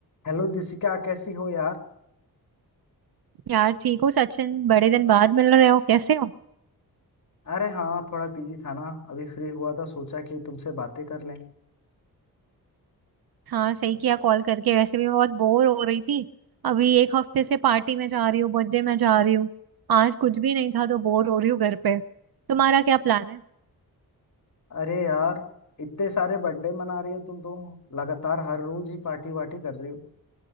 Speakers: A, on the left; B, on the right.
A: हेलो दिशिका कैसी हो यार
B: यार ठीक हो सचिन बड़े दिन बाद मिल रहे हो कैसे हो
A: अरे हाँ थोड़ा बिजी था ना अभी फ्री हुआ था सोचा कि तुमसे बातें कर लें
B: हाँ सही किया कॉल करके वैसे भी मैं बहुत बोर हो रही थी अभी एक हफ्ते से पार्टी में जा रही हूँ बर्थडे में जा रही हूँ आज कुछ भी नहीं था तो बोर हो रही हूँ घर पे तुम्हारा क्या प्लान है
A: अरे यार इतने सारे बर्थडे मना रही हो तुम तो लगातार हर रोज ही पार्टी वार्टी कर रही हो